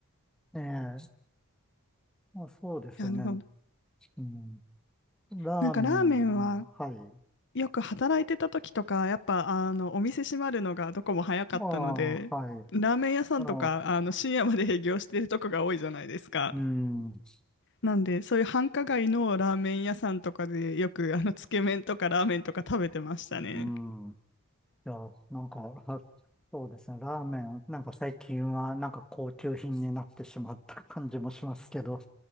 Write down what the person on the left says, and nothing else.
なるほど。
なんかラーメンは、
よく働いてた時とか、やっぱ、あの、お店閉まるのがどこも早かったので、
ラーメン屋さんとか、
あの、深夜まで営業してるとこが多いじゃないですか。
なんで、そういう繁華街のラーメン屋さんとかで、よく、あの、つけ麺とかラーメンとか食べてましたね。